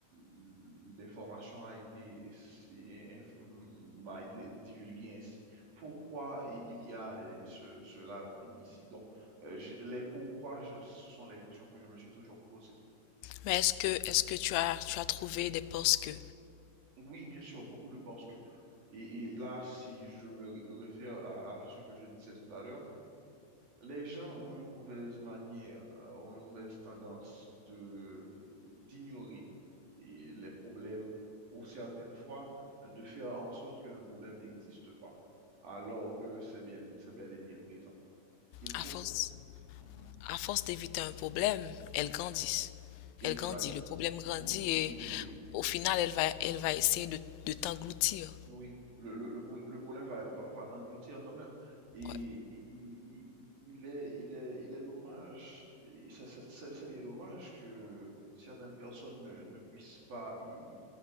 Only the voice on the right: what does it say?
l'information a été, inf- mm, m'a été divulguée ainsi? Pourquoi i- il y a euh, ce, cela ici? Donc, euh, je- les pourquoi, je- ce sont les questions que je me suis toujours posées.
Oui, bien sûr, beaucoup de parce que, et, et là, si je me ré- réfère à, à ce que je disais tout à l'heure, les gens ont une mauvaise manière, euh, ont une mauvaise tendance de d'ignorer et les problèmes ou certaines fois de faire en sorte que le problème n'existe pas, alors que c'est bien, c'est bel et bien présent. Il faut.
Mhm.
Exact.
Oui,
oui, oui.
Oui, le, le, le pro- le problème va, va, va t'engloutir quand même. Et
il, il, il il est, il est, il est dommage, et c'est c'est- c'est- c'est bien dommage que certaines personnes ne, ne puissent pas y-